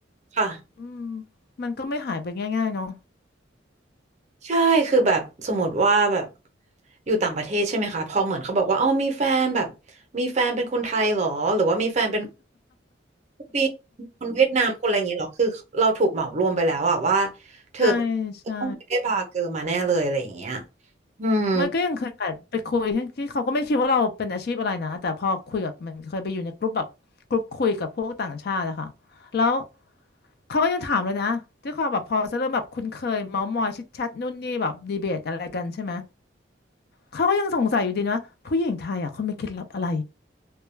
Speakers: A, on the right (about 35°); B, on the left (about 55°).
A: ค่ะ
B: อืมมันก็ไม่หายไปง่ายๆเนาะ
A: ใช่คือแบบสมมติว่าแบบอยู่ต่างประเทศใช่ไหมคะพอเหมือนเขาบอกว่าเอ้ามีแฟนแบบมีแฟนเป็นคนไทยเหรอหรือว่ามีแฟนเป็นปีคนเวียดนามคนอะไรอย่างเงี้ยหรอคือเราถูกเหมารวมไปแล้วอะว่าเธอ
B: ใช่
A: เธอต้องไปได้บาร์เกอร์มาแน่เลยอะไรอย่างเงี้ย
B: ใช่
A: อืม
B: มันก็ยังเคยแบบไปคุยที่ที่เขาก็ไม่คิดว่าเราเป็นอาชีพอะไรนะแต่พอคุยกับมันเคยไปอยู่ในกลุ่มแบบกลุ่มคุยกับพวกต่างชาติอะค่ะแล้วเขาก็ยังถามเลยนะที่เขาแบบพอจะเริ่มแบบคุ้นเคยเมาท์มอยชิดแชทนู่นนี่แบบดีเบตอะไรกันใช่ไหมเขาก็ยังสงสัยอยู่ดีนะผู้หญิงไทยอะเขามีเคล็ดลับอะไร